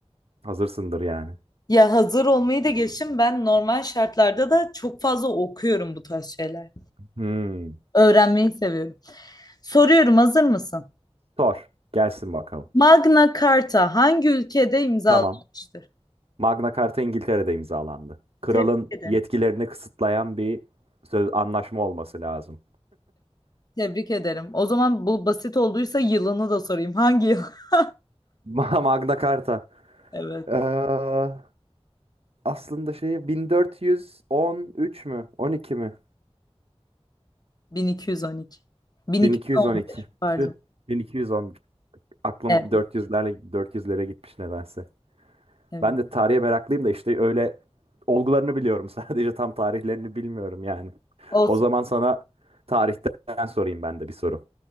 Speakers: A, on the right (about 60°); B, on the left (about 35°).
A: hazırsındır yani.
B: ya hazır olmayı da geçtim. Ben normal şartlarda da çok fazla okuyorum bu tarz şeyler.
A: Hmm.
B: Öğrenmeyi seviyorum. Soruyorum, hazır mısın?
A: Sor. Gelsin bakalım.
B: Magna Carta hangi ülkede imzalanmıştır?
A: Tamam. Magna Carta İngiltere'de imzalandı. Kralın
B: Tebrik ederim.
A: yetkilerini kısıtlayan bir söz anlaşma olması lazım.
B: Tebrik ederim. O zaman bu basit olduysa yılını da sorayım. Hangi yıl? <laughs>
A: <laughs> Ma- Magna Carta.
B: Evet.
A: Ee, aslında şey 1413 mü? 12 mi?
B: 1212. 1215
A: 1212.
B: pardon.
A: Tüh, 1211. Aklım
B: Evet,
A: 400'lerle 400'lere gitmiş nedense.
B: evet.
A: Ben de tarihe meraklıyım da işte öyle olgularını biliyorum <laughs> sadece tam tarihlerini bilmiyorum yani.
B: Olsun.
A: O zaman sana tarihten sorayım ben de bir soru.